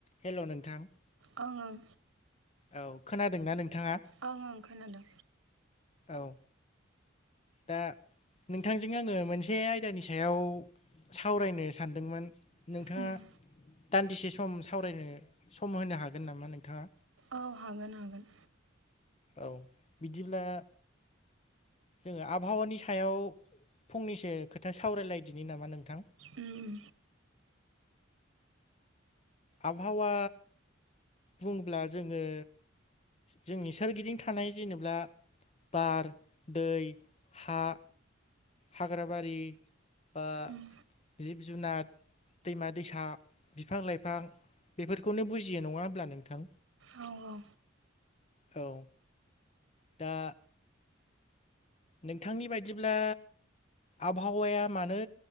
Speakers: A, on the left; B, on the right.
A: हेल' नोंथां
B: ओं ओं
A: औ खोनादोंना नोंथाङा
B: ओं ओं खोनादों
A: औ दा नोंथांजों आङो मोनसे आयदानि सायाव सावरायनो सानदोंमोन नोंथाङा
B: उम
A: दान्दिसे सम सावरायनो सम होनो हागोन नामा नोंथाङा
B: औ हागोन हागोन
A: औ बिदिब्ला जोङो आबहावानि सायाव फंनैसो खोथा सावरायलायदिनि नामा नोंथां
B: ओम
A: आबहावा बुंब्ला जोङो जोंनि सोरगिदिं थानाय जेनेबा बार दै हा हाग्राबारि बा
B: उम उम
A: जिब जुनार दैमा दैसा बिफां लाइफ एफा बेफोरखौनो बुजियो नङा होनब्ला नोंथां
B: औ औ
A: औ दा नोंथांनि बायदिब्ला आबहावाया मानो